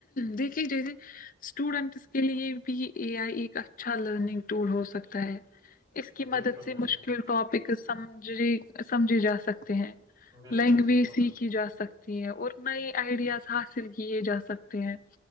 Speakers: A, on the left; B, on the right.
A: دیکھیے جیے اسٹوڈنٹس کے لیے بھی اے آئی ایک اچھا لرننگ ٹور ہو سکتا ہے اس کی
B: بالکل
A: مدد سے
B: بالکل
A: مشکل ٹاپک سمج سمجھے جا سکتے ہیں
B: بالکل
A: لینگویج
B: صحیح بولا
A: سیک کیھی جا سکتی اور نئے آئیڈیاز حاصل کیے جا سکتے ہیں